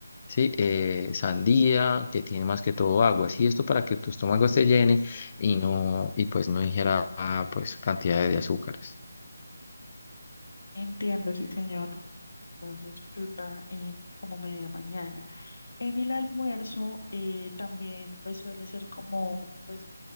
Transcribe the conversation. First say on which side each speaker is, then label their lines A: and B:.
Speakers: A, on the left; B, on the left.
A: ¿sí? Eh, sandía, que tiene más que todo agua, ¿sí? Esto para que tu estómago se llene y no, y pues no ingiera, ah, pues, cantidad de azúcares.
B: Entiendo, sí, señor. Entonces, fruta en como media mañana. En el almuerzo eh, también pues suele ser como, pues